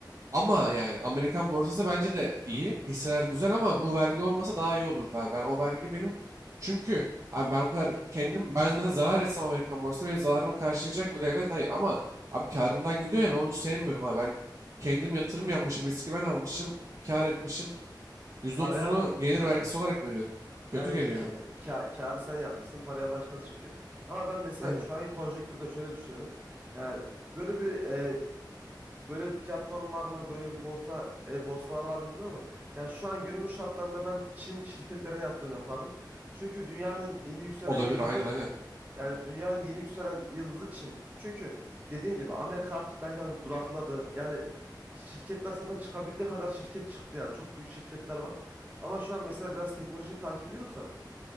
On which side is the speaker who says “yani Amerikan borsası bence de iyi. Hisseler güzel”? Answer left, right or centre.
Right